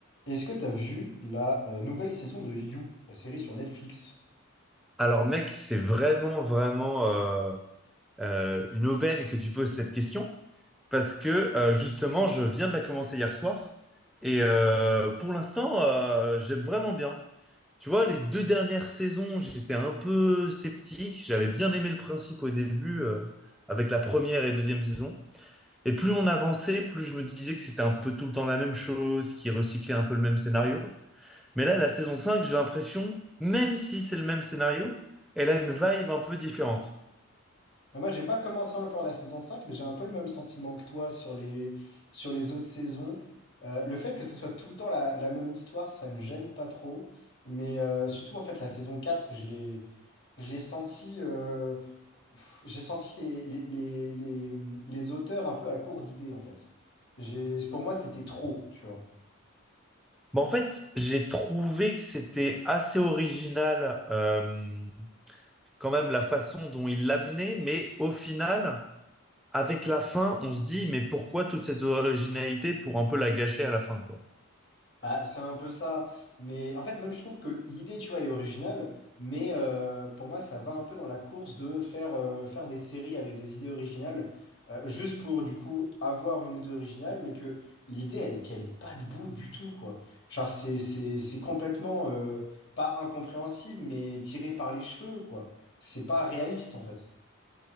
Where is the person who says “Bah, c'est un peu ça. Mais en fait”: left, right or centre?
Left